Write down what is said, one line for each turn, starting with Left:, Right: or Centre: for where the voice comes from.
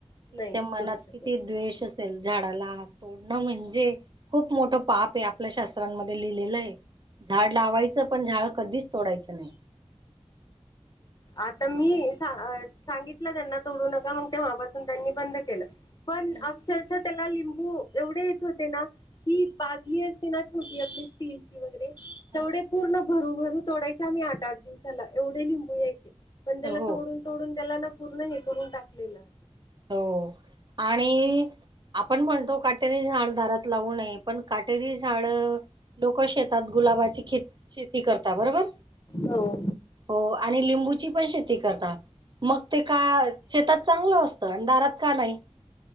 Right: याच्या
Left: नाहीच
Right: मनात
Left: करू शकत
Right: किती द्वेष अस झाडाला हा तोडणं म्हणजे खूप मोठं पाप आहे. आपल्या शास्त्रांमध्ये लिहिलेलं आहे. झाड लावायचं पण झाड कधीच तोडायचं नाही.
Left: आता मी सा अ सांगितलं त्यांना तोडू नका मंग तेव्हापासून त्यांनी बंद केलं. पण
Right: हम्म
Left: अक्षरशः त्याला लिंबू एवढे येत होते ना की बादली असते ना छोटी आपली स्टीलची वगैरे तेवढे
Right: हम्म.
Left: पूर्ण भरू भरू तेवढे आ मी आठ आठ दिवसाला एवढे लिबुं होय की. पण त्याला
Right: हो
Left: तोडून तोडून द्यायला नको? पूर्ण हे करून टाकलेलं आहे.
Right: हो आणि आपण म्हण तो काठीने झाडून दारात लावू नये, पण काटेरी झाड लोक शेतात गुलाबाची ख शेती करत बरोबर
Left: हो.
Right: हो आणि लिंबूची पण शेती करता मग ते का शेतात चांगलं असत सन दारात का नाही?